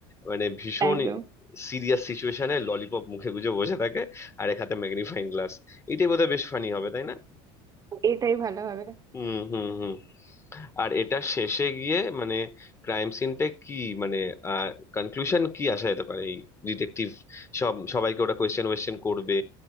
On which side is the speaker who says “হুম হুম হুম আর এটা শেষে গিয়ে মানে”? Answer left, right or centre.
Left